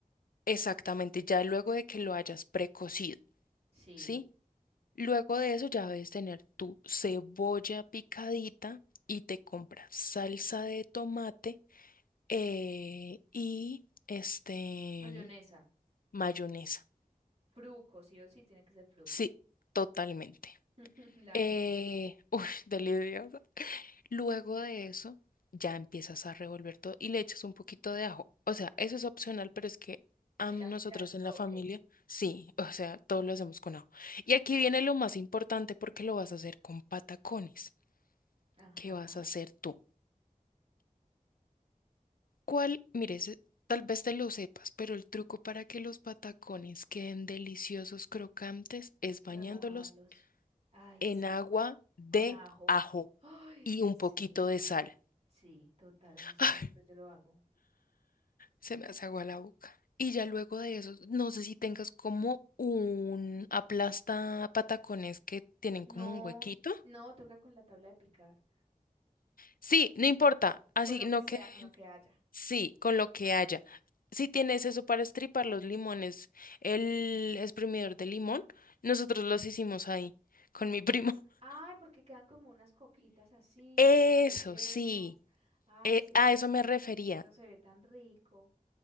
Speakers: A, on the left; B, on the right.
A: exactamente, ya luego de que lo hayas precocido,
B: Sí.
A: ¿sí? Luego de eso ya debes tener tu cebolla picadita y te compras salsa de tomate eh, y este
B: Mayonesa.
A: mayonesa.
B: Fruco, sí o sí, tiene que ser fruco.
A: Sí, totalmente.
B: <laughs> La
A: Eh,
B: mejor.
A: uy, <laughs> deliciosa. Luego de eso, ya empiezas a revolver todo y le echas un poquito de ajo. O sea, eso es opcional, pero es que a
B: El
A: nosotros
B: ajo le da el
A: en
B: toque.
A: la familia, sí, o sea, todo lo hacemos con ajo. Y aquí viene lo más importante porque lo vas a hacer con patacones.
B: Ajá.
A: ¿Qué vas a hacer tú? ¿Cuál? Mire, ese- tal vez te lo sepas, pero el truco para que los patacones queden deliciosos, crocantes, es
B: Remojarlos.
A: bañándolos
B: Ay,
A: en
B: sí,
A: agua de
B: con ajo.
A: ajo
B: Ay,
A: y un
B: sí,
A: poquito de sal.
B: sí, total, así es
A: <laughs>
B: que siempre yo lo hago.
A: Se me hace agua la boca. Y ya luego de eso, no sé si tengas como un aplasta patacones que tienen
B: No,
A: como un huequito.
B: no, toca con la tabla de picar.
A: Sí, no importa. Así,
B: Con lo que
A: no
B: sea,
A: que
B: con lo que haya.
A: sí, con lo que haya. Si tienes eso para estripar los limones, el exprimidor de limón, nosotros los hicimos ahí con mi primo. <laughs>
B: Ay, porque quedan como unas coquitas así,
A: Eso,
B: tú las rellenas.
A: sí.
B: Ay,
A: eh,
B: sí,
A: a
B: eso sí.
A: eso me refería.
B: Eso se ve tan rico.